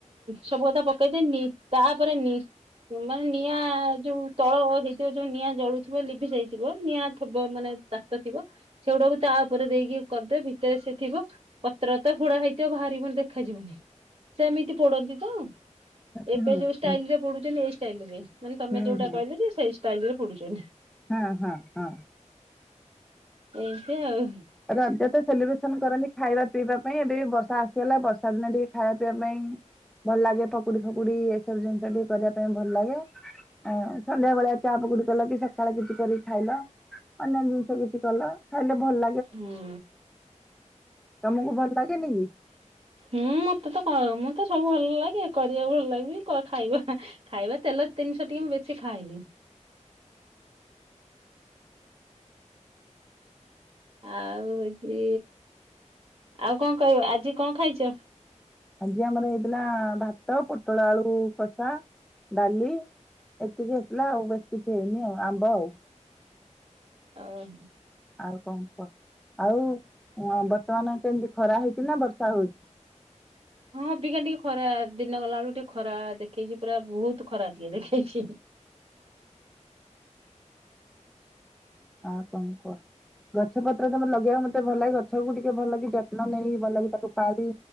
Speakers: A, on the right; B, in the centre.
A: ସବୁ କଥା ପକେଇଦେଇ ତାପରେ ନି ମାନେ ନିଆଁ ଯୋଉ ତଳ ହେଇଥିବ ଯୋଉ ନିଆଁ ଜଳୁଥିବ ଲିଭିଯାଥିବ ନିଆଁ ଥବ ମାନେ ତାତ ଥିବ ସେଗୁଡାକୁ ତା ଉପରେ ଦେଇକି କରିଦେବେ ଭିତରେ ସେ ଥିବ ପତ୍ର ତା ଘୁଡା ହେଇଥିବ ବାହାରିବନି ଦେଖାଯିବନି ସେ ଏମିତି ପୋଡ଼ନ୍ତି ତ?
B: ହୁଁ
A: ଏବେ
B: ହୁଁ
A: ଯୋଉ ଷ୍ଟାଇଲ୍ ରେ ପଡୁଛନ୍ତି ଏଇ ଷ୍ଟାଇଲ୍ ରେ ମାନେ ତମେ
B: ହୁଁ
A: ଯୋଉଟା
B: ହୁଁ
A: କହିଲେ ଯେ ସେଇ ଟାଇଲିରେ ପଡୁ଼ଚନ୍ତି।
B: ହଁ ହଁ ହଁ।
A: ଏମିତି ଆଉ।
B: ରଜ ତ ସେଲିବ୍ରେସନ କରନ୍ତି ଖାଇବା ପିଇବା ପାଇଁ ଏବେ ବି ବର୍ଷା ଆସିଗଲା ବର୍ଷା ଦିନ ଟିକେ ଖାଇବା ପିଇବା ପାଇଁ ଭଲ ଲାଗେ ପକୁଡି ଫକୁଡି ଏସବୁ ଜିନିଷ ଟିକେ କରିବା ପାଇଁ ଭଲ ଲାଗେ ଆ ସନ୍ଧ୍ୟା ବେଳିଆ ଚା ପକୁଡି କଲ କି ସକାଳେ କିଛି କରିକି ଖାଇଲ ଅନ୍ୟ ଜିନିଷ କିଛି କଲ <unintelligible>
A: ହୁଁ
B: ତମକୁ ଭଲ ଲାଗେନି କି?
A: ହୁଁ ମତେ ତ କହ ତ ସବୁ ଭଲ ଲାଗେ କରିବାକୁ ଭଲ ଲାଗେବି କ ଖାଇବା ଖାଇବା ତେଲ ଜିନିଶହ ଟିକେ ମୁ ବେଶୀ ଖାାଏନି। ଆଉ ହଉଛି ଆଉ କଣ କହିବ ଆଜି କଣ ଖାଇଛ?
B: ଆଜି ଆମର ହେଇଥିଲା ଭାତ ପୋଟଳ ଆଳୁ କଷା ଡାଲି ଏତିକି ହେଇଥିଲା ଆଉ ବେଶୀ କିଛି ହେଇନି ଆଉ ଆମ୍ବ ଆଉ
A: ଅ ହ।
B: ଆଉ କଣ କୁହ ଆଉ ଅଁ ବର୍ତ୍ତମାନ କେମତି ଖରା ହେଇଛି ନା ବର୍ଷା ହଉଛି
A: ହଁ ଅବିକା ଟିକେ ଖରା ଦିନ ଗଲା ବେଳକୁ ଟିକେ ଖରା ଦେଖେଇଛି ପୁରା ବହୁତ ଖରା ଟିକେ ଦେଖେଇଛି।
B: ଆଉ କଣ କୁହ ଗଛ <unintelligible> ଲଗେଇବାକୁ ମତେ ଭଲ ଲାଗେ ଗଛକୁ ଟିକେ ଭଲକି ନ ନେଇ ଭଲ କିି ତାକୁ ପାଳି